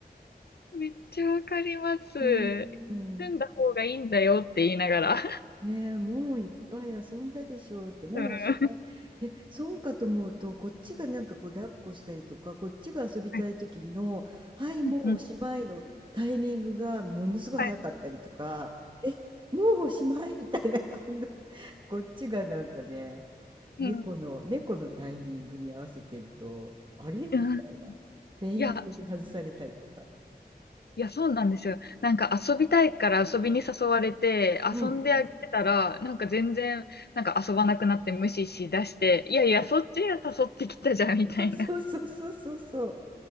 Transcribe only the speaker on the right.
うん、うん。
ねえ、もういっぱい遊んだでしょうって、もうおしまい。
で、そうかと思うと、こっちがなんかこう抱っこしたりとか、こっちが遊びたい時の、
はい、もうおしまいのタイミングがものすごい早かったりとか、
もうおしまいみたいな、今度、こっちがなんかね、猫の、
猫のタイミングに合わせてると、あれみたいな。
フェイントで外されたりとか。
うん。
そう、
<laughs> そうそうそうそうそう。